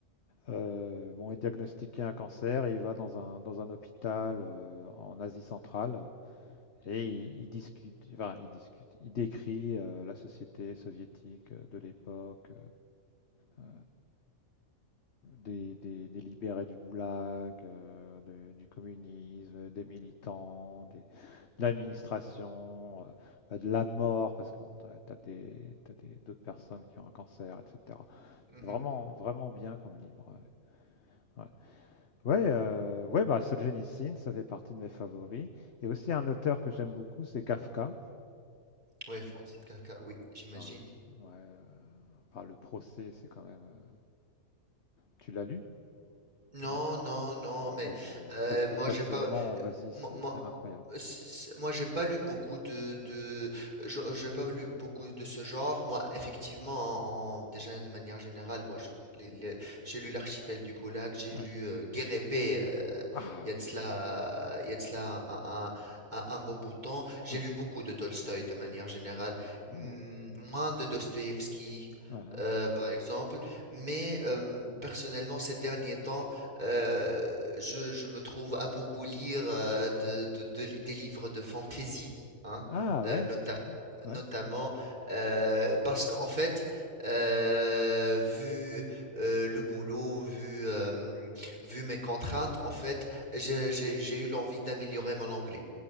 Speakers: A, on the left (about 55°); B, on the right (about 30°).
A: euh, bon, est diagnostiqué un cancer et il va dans un, dans un hôpital euh, en Asie centrale Et il, il discute, enfin, il discute, il décrit euh, la société soviétique euh, de l'époque, euh, des, des- des libérés du goulag, euh, de- du communisme, des militants, des- de l'administration, euh, bah, de la mort, parce que bon, t'as, as des, t'as des- d'autres personnes qui ont un cancer, etc.
B: Mmh
A: C'est vraiment, vraiment bien comme livre. Ouais, ouais. Ouais, euh, ouais, bah Solzhenitsyn, ça fait partie de mes favoris. Et aussi un auteur que j'aime beaucoup, c'est Kafka.
B: Oui, Francis Kafka, oui, j'imagine.
A: Ah, ouais, heu, enfin le procès, c'est quand même, heu tu l'as lu?
B: Non,
A: Non?
B: non, non,
A: Oh
B: mais
A: vas-y, heu,
B: euh,
A: ça se trouve
B: moi
A: facilement,
B: j'ai pas,
A: vas-y,
B: euh, moi,
A: c'est
B: moi,
A: c'est incroyable.
B: euh, c- moi, j'ai pas lu beaucoup de, de, je, j'ai pas lu beaucoup de ce genre. Moi, effectivement,
A: Mmh
B: en, en- déjà de manière générale, moi, je- les- les- j'ai lu L'archipel du Goulag, j'ai
A: Ouais.
B: lu euh, Guerre et Paix, euh,
A: Ah
B: il y
A: oui,
B: a de cela,
A: heu,
B: il y a de cela un, un, un- un bon bout de temps. J'ai
A: ouais.
B: lu beaucoup de Tolstoï de manière générale, Hmm,
A: Oh!
B: moins de Dostoïevski,
A: Hein, hein.
B: euh, par exemple. Mais euh, personnellement, ces derniers temps euh, je, je me trouve à beaucoup lire euh, de, de- de- des livres de fantasy, hein,
A: Ah
B: euh,
A: ouais?
B: nota-
A: Mmh.
B: notamment
A: Ouais.
B: euh, parce qu'en fait, euh, vu euh, le boulot, vu, euh, vu mes contraintes, en fait, j'ai j'ai- j'ai eu l'envie d'améliorer mon anglais.